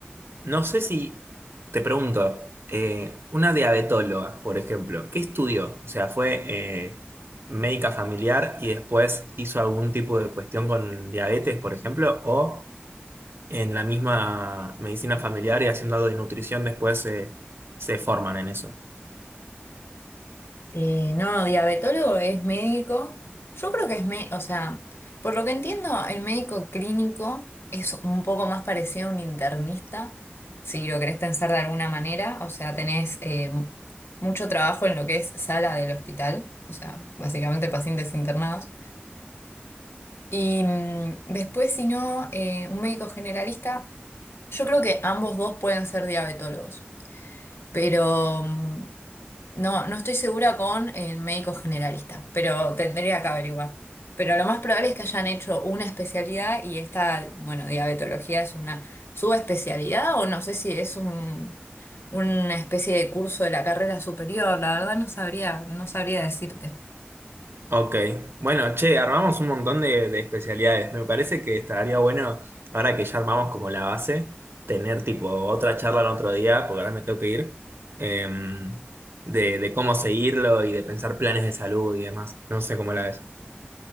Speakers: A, on the right; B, on the left.
A: no sé si, te pregunto, eh, una diabetóloga, por ejemplo, ¿qué estudió? O sea, ¿fue eh, médica familiar y después hizo algún tipo de cuestión con diabetes, por ejemplo? ¿O en la misma medicina familiar y haciendo algo de nutrición después se se forman en eso?
B: Eh, no, diabetólogo es médico. Yo creo que es, me- o sea, por lo que entiendo, el médico clínico es un poco más parecido a un internista, si lo querés pensar de alguna manera. O sea, tenés eh, mucho trabajo en lo que es sala del hospital, o sea, básicamente pacientes internados. Y mm, después, si no, eh, un médico generalista, yo creo que ambos dos pueden ser diabetólogos, pero... mm, no, no estoy segura con el médico generalista, pero tendría que averiguar. Pero lo más probable es que hayan hecho una especialidad y esta, bueno, diabetología es una subespecialidad o no sé si es un, una especie de curso de la carrera superior. La verdad no sabría, no sabría decirte.
A: Ok, bueno, che, armamos un montón de, de especialidades. Me parece que estaría bueno, ahora que ya armamos como la base, tener tipo otra charla el otro día, porque ahora me tengo que ir, em, de, de cómo seguirlo y de pensar planes de salud y demás. No sé cómo la ves.